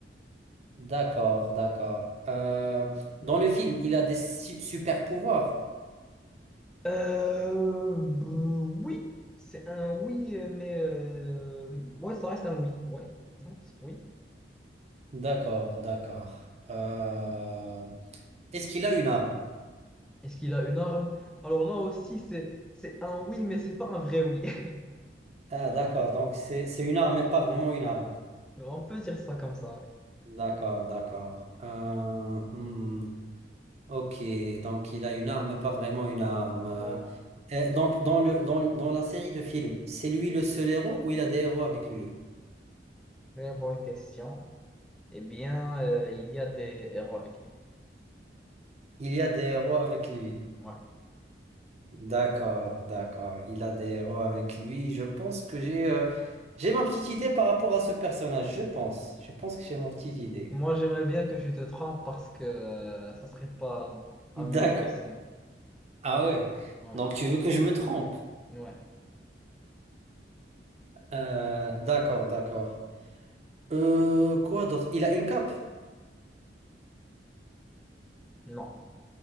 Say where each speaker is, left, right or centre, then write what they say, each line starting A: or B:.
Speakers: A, on the right (about 40°); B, in the centre.
A: D'accord, d'accord. Euh, Dans le film, il a des super pouvoirs.
B: Euh, bah, oui. C'est un oui, euh, mais... euh, Ouais, ça reste un oui. Ouais, ouais, c'est- oui.
A: D'accord, d'accord. Euh, Est-ce qu'il a une arme?
B: Est-ce qu'il a une arme? Alors là aussi, c'est, c'est un oui, mais c'est pas un vrai oui. <laughs>
A: Ah, d'accord, donc c'est c'est une arme, mais pas vraiment une arme.
B: On peut dire ça comme ça. ouais.
A: D'accord, d'accord. Euh, hmm, Ok, donc il a une arme, mais pas vraiment une arme. Euh,
B: Voilà.
A: euh, donc dans le, dans, dans la série de films, c'est lui le seul héros ou il a des héros avec lui?
B: Très bonne question. Eh bien, euh, il y a des erreurs écrites.
A: Il y a des héros avec lui.
B: Ouais.
A: D'accord, d'accord. Il a des héros avec lui. Je pense que j'ai euh, j'ai ma petite idée par rapport à ce personnage. Je pense. Je pense que j'ai ma petite idée.
B: Moi, j'aimerais bien que tu te trompes parce que euh, ça serait pas amusant
A: D'accord.
B: sinon.
A: Ah ouais.
B: Ouais.
A: Donc tu veux que je me trompe.
B: Ouais.
A: Euh, d'accord, d'accord. Euh, quoi d'autre? Il a une cape.
B: Non.